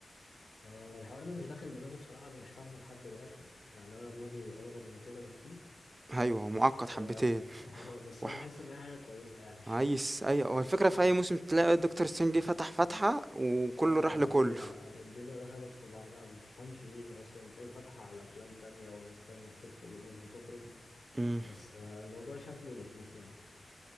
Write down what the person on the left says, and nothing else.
آه الحوار ده مش داخل دماغي بصراحة أنا مش فاهمه لحد دلوقتي يعني أنا دماغي أصغر من كده بكتير
بس
<laughs> آه بس
أنا حاسس إنها حاجة كويسة يعني
<laughs>
آه
الدنيا
الدنيا دخلت في بعضها ما تفهمش مين أصلا تلاقيهم فتحوا على أفلام تانية وناس تانية بتدخل وناس بتخرج
بس آه الموضوع شكله لطيف يعني